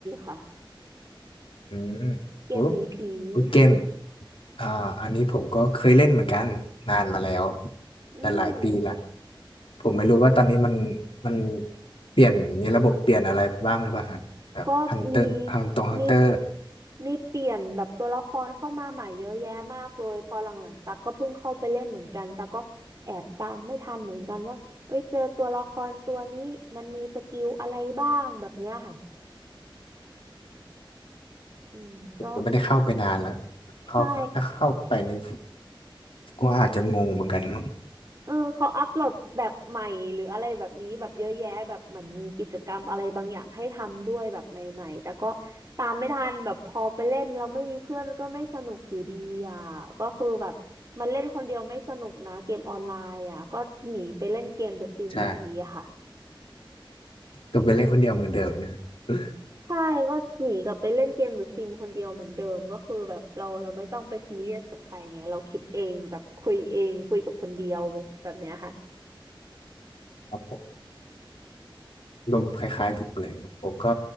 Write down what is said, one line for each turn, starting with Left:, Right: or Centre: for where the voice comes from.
Right: ค่ะ
Left: อืม
Right: เกมหนีผี
Left: โอ้
Right: <laughs>
Left: วูดเกมอ่าอันนี้ผมก็เคยเล่นเหมือนกันนานมาแล้ว
Right: อืม
Left: แต่หลายปีละผมไม่รู้ว่าตอนนี้มันมันเปลี่ยน มีระบบเปลี่ยนอะไรบ้างหรือเปล่าฮะแบบฮันเตอร์ทางตรงฮันเตอร์
Right: ก็มีมีมีเปลี่ยนแบบตัวละครเข้ามาใหม่เยอะแยะมากเลยพอหลังๆตักก็เพิ่งเข้าไปเล่นเหมือนกันตักก็แอบตามไม่ทันเหมือนกันว่าเอ้ยเจอตัวละครตัวนี้มันมีสกิลอะไรบ้างแบบเนี้ยค่ะอืมก็
Left: ผมก็ไม่ได้เข้าไปนานแล้ว
Right: ใช่
Left: เข้าถ้าเข้าไปนี่ก็อาจจะงงเหมือนกันมั้ง
Right: เออเขาอัปโหลดแบบใหม่หรืออะไรแบบนี้แบบเยอะแยะแบบเหมือนมีกิจกรรมอะไรบางอย่างให้ทำด้วยแบบใหม่ๆแต่ก็ตามไม่ทันแบบพอไปเล่นเราไม่มีเพื่อนก็ไม่สนุกอยู่ดีอ่ะก็คือแบบมันเล่นคนเดียวไม่สนุกนะเกมออนไลน์อ่ะก็หนีไปเล่นเกมเดอะซิมอยู่ดีอะค่ะ
Left: ใช่ก็ไปเล่นคนเดียวเหมือนเดิมเนี่ย <laughs>
Right: ใช่ก็หนีกลับไปเล่นเกมหรือซิมคนเดียวเหมือนเดิมก็คือแบบเราเราไม่ต้องไปซีเรียสกับใครไงเราคิดเองแบบคุยเองคุยกับคนเดียวแบบเนี้ยค่ะ
Left: ครับผม ลมณ์คล้ายๆผมเลยผมก็